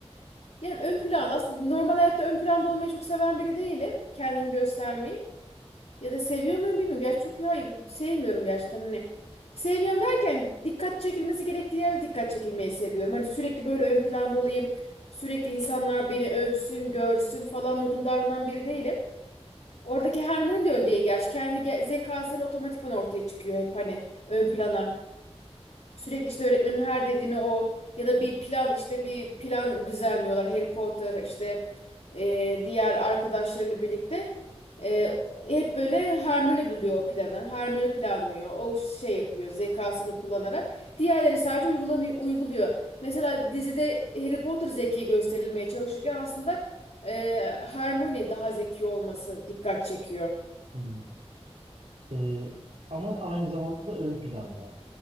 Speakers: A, on the left (about 80°); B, on the right (about 75°).
A: Yani ön planda aslında normal hayatta ön planda olmayı çok seven biri değilim. Kendimi göstermeyi. Ya da seviyor muyum bilmiyorum. Gerçi çok hayır sevmiyorum gerçekten hani. Sevmiyorum derken dikkat çekilmesi gerektiği yerde dikkat çekilmeyi seviyorum. Hani sürekli böyle ön planda olayım. Sürekli insanlar beni övsün, görsün falan modunda davranan biri değilim. Oradaki Hermione de öyle değil gerçi. Kendi ge- zekasıyla otomatikman ortaya çıkıyor hep hani ön plana. Sürekli işte öğretmenin her dediğini o ya da bir plan işte bir plan düzenliyorlar Harry Potter işte e, diğer arkadaşlarıyla birlikte. E, hep böyle Hermione buluyor o planı. Hermione planlıyor. O şey yapıyor zekasını kullanarak. Diğerleri sadece uygulanıyor, uyguluyor. Mesela dizide Harry Potter zeki gösterilmeye çalışırken aslında e, Hermione daha zeki olması dikkat çekiyor.
B: Hmm. Ee, ama aynı zamanda da ön planda.